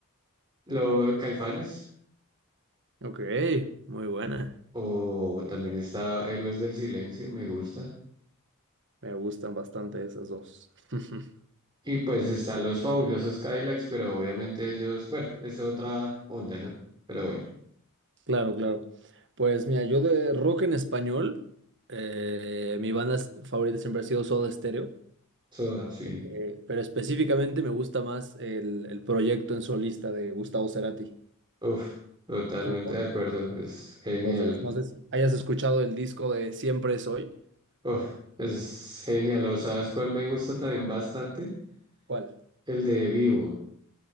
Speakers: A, on the right; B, on the right.
A: lo de Caifanes,
B: Ok, muy buena.
A: o también está Héroes del Silencio, me gusta.
B: Me gustan bastante esas dos. <laughs>
A: Y pues están los fabulosos Cadillacs, pero obviamente ellos, bueno, es otra onda, ¿no? Pero bueno,
B: Claro, claro. Pues mira, yo de rock en español, eh, mi banda s- favorita siempre ha sido Soda Stereo.
A: Soda, sí,
B: Eh, pero específicamente me gusta más el, el proyecto en solista de Gustavo Cerati.
A: uf, totalmente
B: Entonces,
A: de acuerdo, es genial,
B: entonces, no sé si hayas escuchado el disco de Siempre Es Hoy
A: uf, es genial, ¿o sabes cuál me gusta también bastante?
B: ¿Cuál?
A: El de Vivo.